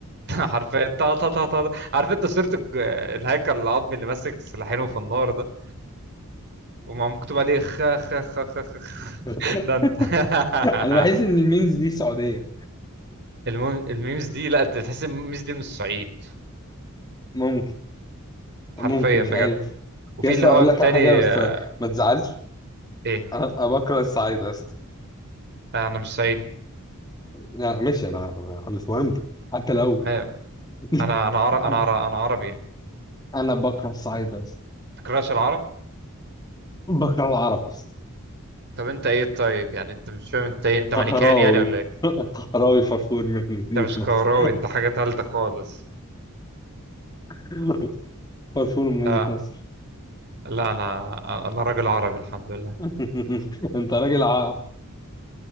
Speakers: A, on the right; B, on the left.
A: <laughs> حرفيا طا طا طا طا عارف انت صورة الج- الهيكل العظمي اللي ماسك سلاحينه في النار ده ومع مكتوب عليه خ خ خ خ خ خ-
B: <laughs>
A: ده انت <laughs>
B: انا بحس ان الميمز دي سعوديه
A: المهم الميمز دي لا انت تحس إن الميمز دي من الصعيد
B: ممكن ممكن
A: حرفيا
B: مش
A: بجد
B: عارف
A: وفي
B: يا اسطى
A: اللي هو
B: اقول
A: التاني
B: لك على حاجه بس
A: آه،
B: ما تزعلش
A: ايه
B: انا أنا بكره الصعيد يا اسطى
A: آه، انا مش صعيدي
B: لا ماشي انا أنا أنا مش مهم حتى لو
A: آه،
B: <laughs>
A: انا انا عرب انا عرب انا عربي يعني
B: انا بكره الصعيد بس
A: تكرهش العرب
B: بكره العرب بس
A: طب انت ايه طيب يعني انت مش فاهم انت ايه انت
B: قهراوي
A: مانيكان يعني ولا ايه
B: <laughs> قهراوي فرفور من مدينة
A: انت مش
B: نصر
A: كهراوي انت حاجة تالتة خالص
B: <laughs> فرفور من مدينة
A: لا
B: نصر
A: لا انا انا راجل عربي الحمد لله
B: <laughs> انت راجل عرب